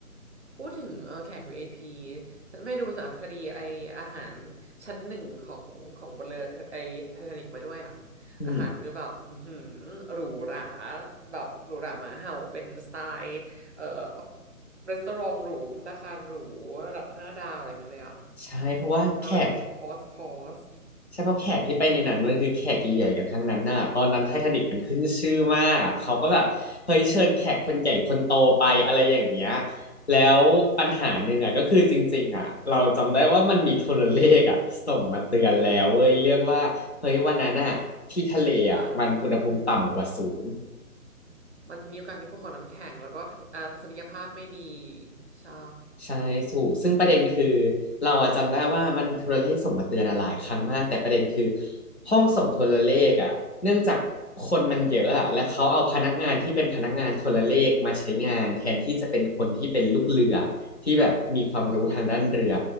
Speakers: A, on the right; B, on the left.
A: พูดถึงเออแข่งของเอพีฉันไปดูสารคดีไออาหารชั้นหนึ่งของของบนเรือไอไททานิกมาด้วยอ่ะ
B: อืม
A: อาหารคือแบบอือหือหรูหราแบบหรูหราหมาเห่าเป็นสไตล์เอ่อรีสอร์ทหรูภัตตาคารหรูระดับห้าดาวอะไรอย่างเงี้ยเลยอ่ะ
B: ใช่เพราะว่าแขก
A: มาแบบเป็นคอร์สคอร์ส
B: ใช่เพราะแขกที่ไปในนั้นมันคือแขกใหญ่ๆกันทั้งนั้นน่ะตอนนั้นไททานิกมันขึ้นชื่อมากอ่ะเขาก็แบบเฮ้ยเชิญแขกคนใหญ่คนโตไปอะไรอย่างเงี้ยแล้วปัญหาหนึ่งอ่ะก็คือจริงๆอ่ะเราจำได้ว่ามันมีโทรเลขอ่ะส่งมาเตือนแล้วเว้ยเรื่องว่าเฮ้ยวันนั้นอ่ะที่ทะเลอ่ะมันอุณหภูมิต่ำกว่าศูนย์
A: อ่ามันมีโอกาสมีพวกของน้ำแข็งแล้วก็ทัศอ่าทัศนียภาพไม่ดีใช่
B: ใช่ถูกซึ่งประเด็นคือเราอะจำได้ว่ามันมีโทรเลขส่งมาเตือนอะหลายครั้งมากแต่ประเด็นคือห้องส่งโทรเลขอะเนื่องจากคนมันเยอะอะแล้วเขาเอาพนักงานที่เป็นพนักงานโทรเลขมาใช้งานแทนที่จะเป็นคนที่เป็นลูกเรือที่แบบมีความรู้ทางด้านเรือ